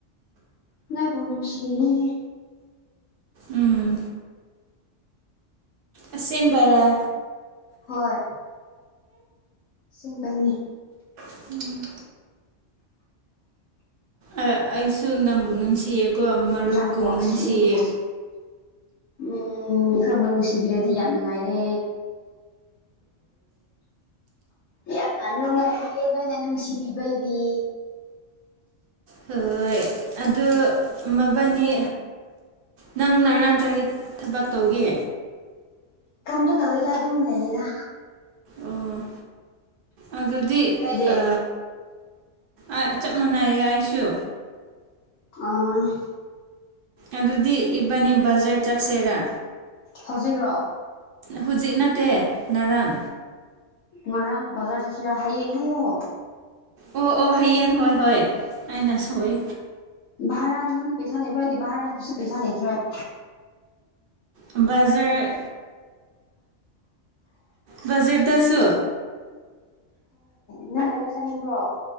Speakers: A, on the left (about 85°); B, on the right (about 55°).
A: ꯅꯣꯢꯕꯨ ꯅꯨꯡꯁꯤꯔꯤꯅꯦ
B: ꯎꯝ ꯑꯁꯦꯝꯕꯔ
A: ꯍꯣꯏ ꯁꯦꯡꯕꯩꯅꯤ
B: ꯎꯝ ꯑ ꯑꯩꯁꯨ ꯅꯪꯕꯨ ꯅꯨꯡꯁꯤꯌꯦꯀꯣ ꯃꯔꯨꯞꯀꯨꯝ
A: ꯌꯥꯝ ꯀ꯭ꯋꯥꯛꯁꯤꯃꯅꯤꯗ
B: ꯅꯨꯡꯁꯤꯌꯦ
A: ꯎꯝ ꯑꯩꯈꯣꯏꯕꯨ ꯅꯨꯡꯁꯤꯕꯤꯔꯗꯤ ꯌꯥꯝ ꯅꯨꯡꯉꯥꯏꯔꯦ ꯌꯥꯝꯅ ꯅꯨꯡꯉꯥꯏꯔꯦꯍꯦ ꯅꯣꯏꯅ ꯅꯨꯡꯁꯤꯕꯤꯕꯩꯗꯤ
B: ꯍꯣꯏ ꯑꯗꯨ ꯃꯕꯥꯅꯤ ꯅꯪ ꯅꯔꯥꯡ ꯀꯔꯤ ꯊꯕꯛꯇꯧꯒꯤ
A: ꯀꯝ ꯇ ꯇꯧꯔꯤꯗ ꯑꯗꯨꯝ ꯂꯩꯔꯤꯗ
B: ꯑꯣ, ꯑꯗꯨꯗꯤ
A: ꯅꯣꯏꯗꯤ
B: ꯑ ꯑꯩ ꯆꯞ ꯃꯥꯟꯅꯩꯌꯦ ꯑꯩꯁꯨ
A: ꯑ꯭ꯂꯣ
B: ꯑꯗꯨꯗꯤ ꯏꯕꯥꯅꯤ ꯕꯖꯥꯔ ꯆꯠꯁꯦꯔꯥ
A: ꯍꯧꯖꯤꯛꯔꯣ
B: ꯍꯧꯖꯤꯛ ꯅꯠꯇꯦ ꯅꯔꯥꯟ
A: ꯉꯔꯥꯡ ꯕꯖꯔ ꯆꯠꯁꯤꯔ ꯍꯌꯦꯡ ꯍꯥꯏꯌꯣ
B: ꯑꯣ ꯑꯣ ꯍꯌꯦꯟ ꯍꯣꯏ ꯍꯣꯏ ꯑꯩꯅ ꯁꯣꯏ
A: ꯚꯥꯔꯥ ꯅꯪꯗꯤ ꯄꯩꯁꯥ ꯂꯩꯕ꯭ꯔꯥ ꯑꯩꯗꯤ ꯚꯥꯔꯥꯒꯤꯁꯨ ꯄꯩꯁꯥ ꯂꯩꯇ꯭ꯔꯦ
B: ꯕꯖꯔ ꯕꯖꯦꯠꯗꯁꯨ
A: ꯏꯅꯝꯕꯒ ꯆꯥꯅꯤꯡꯕ꯭ꯔꯣ